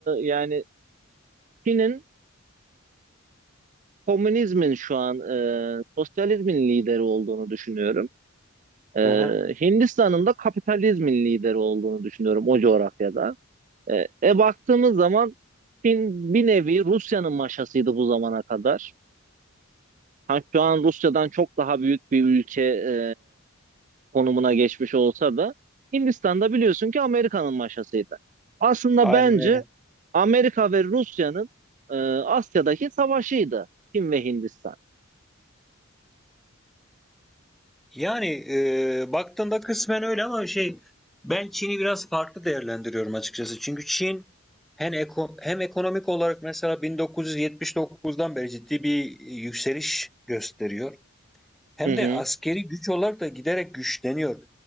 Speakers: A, on the right; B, in the centre.
A: yani Çin'in komünizmin şu an e, sosyalizmin lideri olduğunu düşünüyorum. Ee,
B: Hı hı.
A: Hindistan'ın da kapitalizmin lideri olduğunu düşünüyorum o coğrafyada. Ee, e baktığımız zaman Çin bir nevi Rusya'nın maşasıydı bu zamana kadar. Ha, şu an Rusya'dan çok daha büyük bir ülke e, konumuna geçmiş olsa da Hindistan'da biliyorsun ki Amerika'nın maşasıydı. Aslında
B: Aynen
A: bence
B: öyle.
A: Amerika ve Rusya'nın e, Asya'daki savaşıydı Çin ve Hindistan.
B: Yani e, baktığında kısmen öyle ama şey ben Çin'i biraz farklı değerlendiriyorum açıkçası. Çünkü Çin hem, eko- hem ekonomik olarak mesela 1979'dan beri ciddi bir e, yükseliş gösteriyor. Hem
A: Hı hı,
B: de askeri güç olarak da giderek güçleniyor.